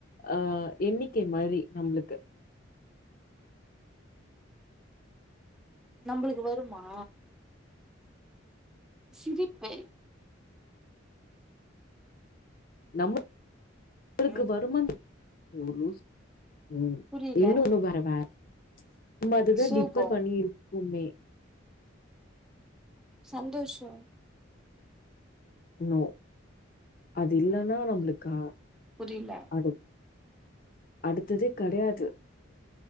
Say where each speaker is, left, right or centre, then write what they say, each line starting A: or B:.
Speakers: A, on the left; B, in the centre.
A: அஹ் எண்ணிக்க மாறி நம்ளுக்கு
B: நம்மளுக்கு வருமா சிரிப்பே
A: நம்ம ஊருக்கு
B: ம்
A: வருமா <unintelligible>
B: புரியல
A: இன்னொன்னு வரவா நம்ம அதுதா
B: சோகோ
A: டிப்பன் பண்ணி இருக்குமே
B: சந்தோஷோ
A: நோ அது இல்லன்னா நம்ளுக்கு
B: புரியல
A: அது அடுத்ததே கெடயாது